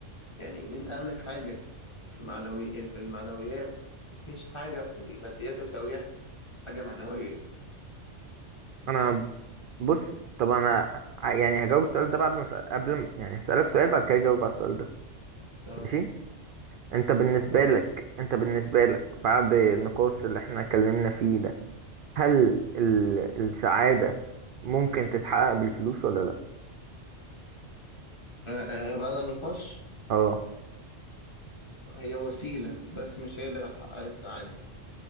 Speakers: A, on the left (about 25°); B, on the right (about 60°).
A: يعني ان انت عندك حاجه في معنوي في المعنويات مفيش حاجه في الماديات تساويها حاجه معنويه
B: أنا بص طب أنا ع- يعني هجاوب السؤال ده بعد ما أسأل- قبل ما- يعني هسألك سؤال بعد كده أجاوب على السؤال ده
A: تمام
B: ماشي؟ أنت بالنسبة
A: تمام
B: لك أنت بالنسبة لك بعد النقاش اللي إحنا اتكلمنا فيه ده هل ال... السعادة ممكن تتحقق بالفلوس ولا لأ؟
A: آه، آه، بعد النقاش
B: أه
A: هي وسيله بس مش هي اللي هتحقق السعاده